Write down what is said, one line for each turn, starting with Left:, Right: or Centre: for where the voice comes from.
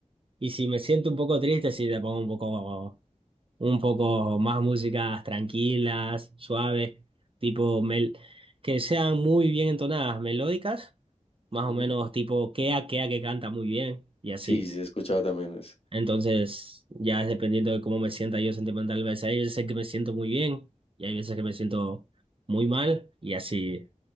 Right: Y si me siento un poco triste, sí le pongo un poco, un poco más músicas tranquilas, suaves, tipo mel, que sean muy bien entonadas, melódicas, más
Left: Ujú.
Right: o menos tipo Kea Kea que canta muy bien y así.
Left: Sí, sí, he escuchado también eso.
Right: Entonces, ya es dependiendo de cómo me sienta yo sentimentalmente hay veces que me siento muy bien y hay veces que me siento muy mal y así